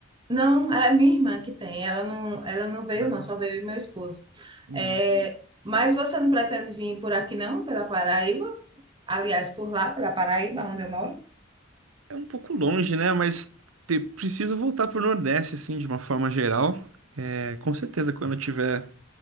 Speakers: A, on the right (about 20°); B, on the right (about 80°).
A: Não, é minha irmã que tem. Ela não, ela não veio,
B: Né?
A: não, só veio meu esposo.
B: É.
A: É, mas você não pretende vir por aqui, não, pela Paraíba? Aliás, por lá, pela Paraíba, onde eu moro?
B: É um pouco longe, né? Mas te, preciso voltar pro Nordeste, assim, de uma forma geral. É, com certeza, quando eu tiver